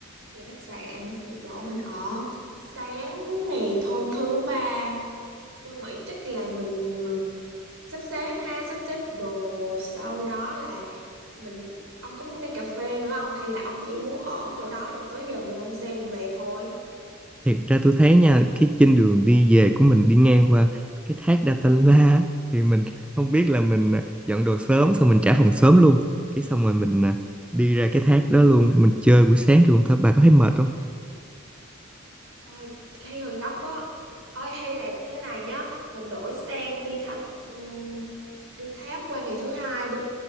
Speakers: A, on the right (about 70°); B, in the centre.
A: về khách sạn về chỗ mình ở sáng ngày hôm thứ ba tôi nghĩ chắc là mình sắp xếp ha sắp xếp đồ sau đó là mình ông có muốn đi cà phê nữa không hay là ông chỉ muốn ở chỗ đó rồi tới giờ mình lên xe mình về thôi
B: thiệt ra tôi thấy nha cái trên đường đi về của mình đi ngang qua cái thác Datanla á, thì mình không biết là mình à, dọn đồ sớm xong mình trả phòng sớm luôn cái xong rồi mình à, đi ra cái thác đó luôn mình chơi buổi sáng trường thôi bà có thấy mệt không
A: ôi thấy hơi gấp á ôi hay là thế này nhá mình đổi sang đi thách ừm, đi tháp qua ngày thứ hai đi